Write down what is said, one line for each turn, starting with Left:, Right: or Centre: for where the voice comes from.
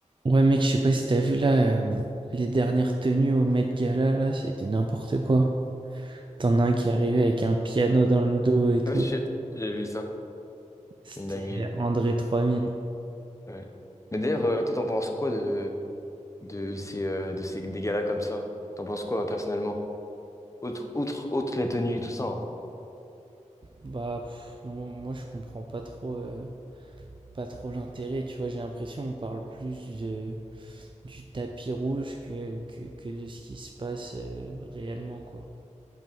Right: Ouais, mec, je sais pas si t'as vu là, euh, les dernières tenues au Met Gala, là, c'était n'importe quoi. T'en as un qui est arrivé avec un piano dans le dos et tout.
Left: Ouais, J'ai j'ai vu ça,
Right: C'était
Left: c'est une dinguerie.
Right: André 3000.
Left: ouais. Mais d'ailleurs, euh, toi, t'en penses quoi de, de ces, euh, de ces des galas comme ça? T'en penses quoi personnellement? Outre, outre, outre les tenues et tout ça. hein.
Right: Bah, pff, moi, moi, je comprends pas trop, euh, pas trop l'intérêt, tu vois, j'ai l'impression on parle plus de- du tapis rouge que, que, que de ce qui se passe, euh, réellement, quoi.